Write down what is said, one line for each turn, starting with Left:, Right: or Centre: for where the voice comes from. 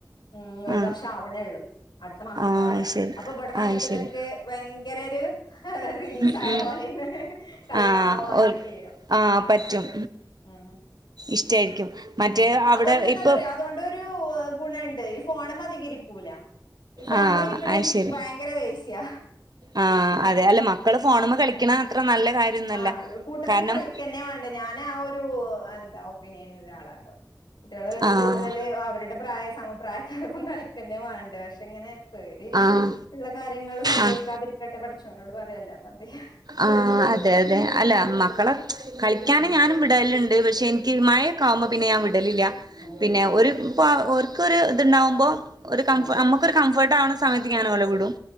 Left: ഉം ഒരു
Right: ആഹ്
Left: വർഷം ആവണേള്ളൂ അടുത്ത മാസത്തക്ക
Right: ആഹ്
Left: ആവുക
Right: അത് ശരി
Left: അപ്പൊ ഇവിടെ വന്നി
Right: ആഹ്
Left: ഇത്‌
Right: ശരി
Left: ഇവർക്ക് ഭയ കരോരു റിലീസ്
Right: ഉം
Left: ആയ
Right: ഉം
Left: പോലാണ് കളിക്കാൻ
Right: ആഹ്
Left: പോവാനൊക്കെ
Right: ഓ ആഹ്
Left: കളിക്കാൻ
Right: പറ്റും
Left: ഭയങ്കര ഇഷ് ഉം
Right: ഇഷ്ടായിരിക്കും മറ്റേ
Left: ഉം
Right: അവിടെ
Left: അതൊണ്ടെന്താന്നറിയ
Right: ഇപ്പം
Left: അതുകൊണ്ടൊരു ഗുണുണ്ട് ഫോണ് മ ഇരിക്കുല ഈ ഫോണമേ
Right: ആഹ്
Left: ഇരിക്കണ
Right: അത്
Left: എനിക്ക്
Right: ശരി
Left: ഭയങ്കര ദേ സ്യ
Right: ആഹ്
Left: ഞാന്
Right: അതെ അല്ല മക്കള് ഫോണുമ്മേ
Left: ഉം
Right: കളിക്കണ അത്ര നല്ല കാര്യൊന്നല്ല
Left: ആഹ് കൂട്ടത്തിൽ
Right: കാരണം
Left: കളിക്കന്നെ വേണ്ട ഞാൻ ആ ഒരു എന്താ ഒപ്പീനിയൻ ഉള്ള ആളാട്ടോ കുട്ടികള്
Right: ആഹ്
Left: കൂടുതൽ അവരുടെ പ്രായ സമപ്രായക്കാരോപ്പം കളിക്ക തന്നെ വേണ്ടെ പക്ഷെ ഇങ്ങനെ പേടി
Right: ആഹ്
Left: ഉള്ള കാര്യങ്ങൾ സംഭവിക്കാതിരിക്കട്ടെ
Right: ആഹ്
Left: പടച്ചോനോട് പറയെല്ലാം എന്ത്യയാ
Right: ആഹ് അതെ അതെ അല്ല മക്കളെ കളി ക്കാന്
Left: ഉം
Right: ഞാനും വിടല്ല് ഉണ്ട് പക്ഷേ എനിക്ക് മഴൊക്കാവുമ്പോ പിന്നെ ഞാൻ വി ടലില്ല
Left: ഉം
Right: പിന്നെ ഒരു ഇപ്പ ഓർക്കൊരു ഇത്ണ്ടാവുമ്പോ ഒരു കംഫ്
Left: ഉം
Right: നമുക്കൊരു കംഫർട്ട് ആണ് സമയത്തിക്ക് അനോല വിടും